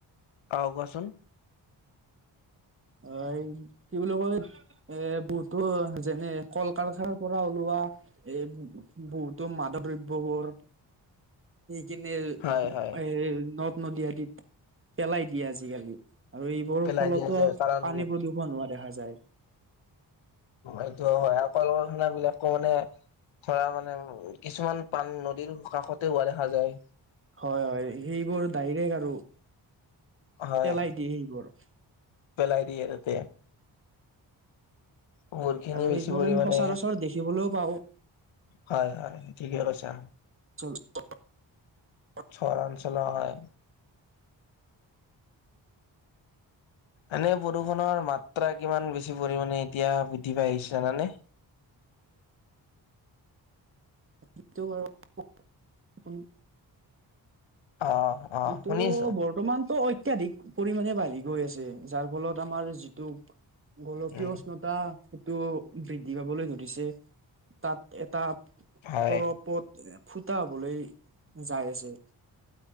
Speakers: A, on the left; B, on the right.
A: আহ কোৱাচোন।
B: অ এই কি বুলি কয় এ বহুতো যেনে কল কাৰখাৰ পৰা ওলোৱা এ বহুতো মাধ দ্ৰব্যবোৰ কিনে
A: হয় হয়
B: এ নদ নদী আদিত পেলাই দিয়ে আজিকালি- আৰু এইবোৰৰ
A: পেলাই
B: ফলতো-
A: দিয়া যায় কাৰণ
B: পানী প্ৰদূষণ হোৱা দেখা যায়।
A: এইটো হয় আৰু কলকাৰখানা, বিলাকো মানে - ধৰা মানে কিছুমান পানী নদীৰ কাষতে হোৱা দেখা যায়
B: হয় হয় সেইবোৰ ডাইৰেক আৰু
A: হয়
B: পেলাই দিয়ে সেইবোৰ
A: পেলাই দিয়ে তাতে বহুত খিনি
B: আৰু
A: বেছি
B: সেইবোৰ
A: পৰিমাণে
B: আমি সচৰাচৰ দেখিবলৈও পাও
A: হয় হয় ঠিকে কৈছা
B: <inaudible>
A: ওচৰ অঞ্চলৰ হয় এনে প্ৰদূষণৰ মাত্ৰা কিমান বেছি পৰিমানে এতিয়া বৃদ্ধি পাই আহিছে জানানে
B: <inaudible> সেটো বাৰু আপুনি
A: অ', অ',
B: এইটো
A: শুনি আছো
B: বৰ্তমানতো হৈ অত্যাধিক পৰিমাণে বাঢ়ি গৈ আছে যাৰ ফলত আমাৰ যিটো গোলকীয়
A: উম,
B: উষ্ণতা সেইটো বৃদ্ধি পাবলৈ ধৰিছে তাত এটা
A: হয়।
B: তাৰ ওপত ফুটা হবলৈ যাই আছে